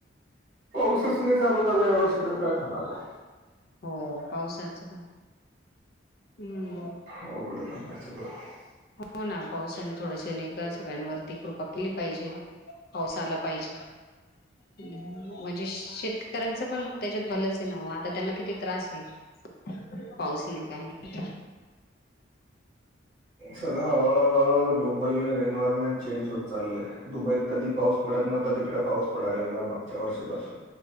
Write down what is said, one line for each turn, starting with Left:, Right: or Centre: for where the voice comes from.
Right: पाऊसच नाही चालू झाला या वर्षी तर काय खाणार आहे.
Left: हो पावसाचं पण हम्म.
Right: अवघड <unintelligible>
Left: हो ना पावसाने थोडसे निघा सगळ्यांवरती कृपा केली पाहिजे. पाऊस आला पाहिजे म्हणजे शेतकरी कर्यांच पण त्याच्यात भलंच हे ना हो आता त्यांना किती त्रास आहे पाऊस नाही काय नाही
Right: सगळं हळुहळू ग्लोबल ने इन्व्हरमेंट चेंज होत चाललंय दुबईत कधी पाऊस पडत नव्हता तिकडे पाऊस पडायला लागला मागच्या वर्षीपासून